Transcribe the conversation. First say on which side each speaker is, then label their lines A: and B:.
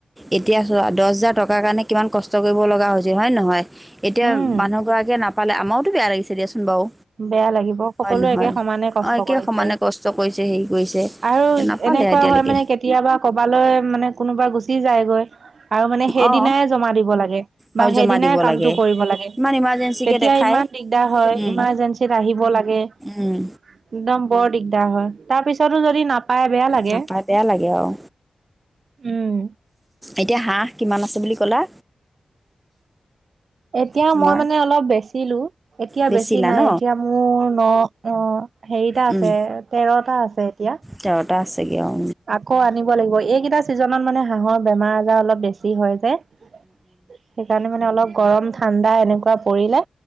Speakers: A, on the right; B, on the right.
A: এতিয়া চ দহ হাজাৰ টকাৰ কাৰণে কিমান কষ্ট কষ্ট কৰিব লগা হৈছে হয় নহয়। এতিয়া
B: উম
A: মানুহ গৰাকে নাপ পাল আমাৰো তৌ বেয়া লাগিছে বাৰু
B: বেয়া লাগিব সকলোৱে
A: হয় নহয়
B: একে সমানে কষ্ট
A: অঁ একে
B: কৰিছে
A: সমানে কষ্ট কৰিছে হেৰি কৰিছে
B: আৰু
A: নাপালে
B: এনেকুৱা
A: এতিয়ালৈকে
B: হয় মানে কেতিয়াবা কবালৈ মানে কোনোবা গুচ। যায়গৈ আৰু মানে সেইদিনাই
A: অঁ
B: জমা দিব লাগে
A: আৰু
B: বা সেইদিনাই
A: জমা দিব
B: কামটো
A: লাগে
B: কৰিব লাগে
A: ইমান ইমাৰ্জেঞ্চিকে
B: তেতিয়া
A: দেখায়
B: ইমান দিগদাৰ হয়।
A: উম
B: ইমাৰজেঞ্চিত আহিব লাগে একদম
A: উম
B: বৰ দিগদাৰ হয়। তাৰ পিছতো যদি ন। পাই বেয়া লাগে
A: নাপায় বেয়া লাগে আৰু
B: উম।
A: এতিয়া হাঁহ কিমান আছে বুলি ক'লা?
B: এতিয়া
A: তোমাৰ
B: মই মানে অলপ বেচিলো এতিয়া
A: বেচিলা
B: বেছি নাই
A: ন
B: এতিয়া মোৰ ন অ হেৰিটা আছে
A: উম
B: তেৰটা আছে। এতিয়া
A: তেৰটা আছেগৈ অঁ
B: আকৌ আনিব লাগিব এইকেইটা চিজনত মানে হাঁহৰ বেমাৰ আজাৰ অলপ বেছি হয় যে সেইকাৰণে মানে অলপ গৰম ঠাণ্ডা এনেকুৱা পৰিলে